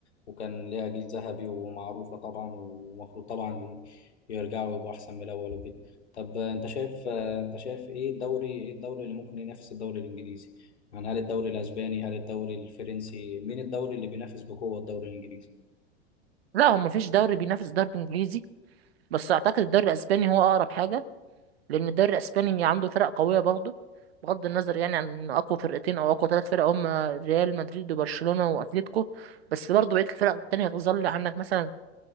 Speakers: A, on the left; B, on the right.
A: وكان ليها جيل ذهبي ومعروفة طبعا ومفروض طبعا ي- يرجعوا يبقوا أحسن من الأول وكده طب أنت شايف أنت شايف إيه الدوري إيه الدوري اللي ممكن ينافس الدوري الإنجليزي؟ يعني هل الدوري الأسباني هل الدوري الفرنسي مين الدوري اللي بينافس بقوة الدوري الإنجليزي؟
B: لا هو مفيش دوري بينافس الدوري الانجليزي بس اعتقد الدوري الاسباني هو اقرب حاجه لان الدوري الاسباني عنده فرق قويه برضه بغض النظر يعني عن اقوى فرقتين او اقوى ثلاث فرق هم ريال مدريد وبرشلونه واتليتيكو بس برضه بقيه الفرق التانية هتظل عندك مثلا